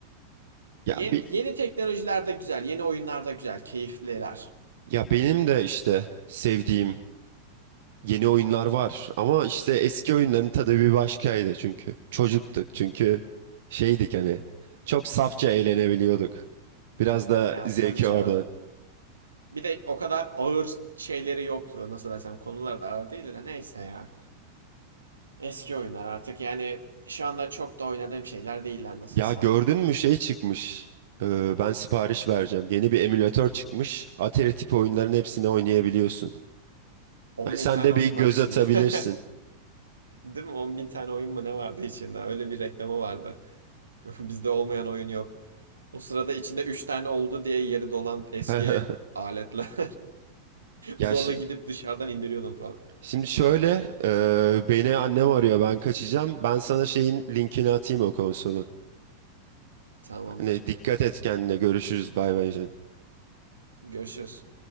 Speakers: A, on the right; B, on the right.
A: Ya
B: Ye-
A: bir
B: yeni teknolojiler de güzel, yeni oyunlar da güzel, keyifliler.
A: ya benim de işte sevdiğim yeni oyunlar var ama işte eski oyunların tadı bir başkaydı çünkü. Çocuktuk çünkü şeydik hani çok safça eğlenebiliyorduk. Biraz da
B: Ya
A: zevki
B: tabii canım.
A: orada.
B: Bir de o kadar ağır şeyleri yoktu. Nasıl desem konular da ağır değil de neyse ya. Eski oyunlar artık yani şu anda çok da oynadığım şeyler değiller nasılsa.
A: Ya gördün mü şey çıkmış. Ee, ben sipariş vereceğim. Yeni bir emülatör çıkmış. Atari tipi oyunların hepsini oynayabiliyorsun.
B: 10
A: Hani sen
B: bin tane
A: de
B: oyun
A: bir göz
B: var içinde.
A: atabilirsin.
B: <laughs> Değil mi? 10 bin tane oyun mu ne vardı içinde? Öyle bir reklamı vardı. <laughs> Bizde olmayan oyun yok. O sırada içinde 3 tane oldu diye yeri dolan eski
A: <laughs>
B: aletler. <laughs>
A: Ya
B: Zorla
A: şimdi,
B: gidip dışarıdan indiriyordum falan.
A: şimdi şöyle e, beni annem arıyor ben kaçacağım. Ben sana şeyin linkini atayım o konsolun.
B: Tamamdır.
A: Hani dikkat et kendine görüşürüz bay bay canım.
B: Görüşürüz.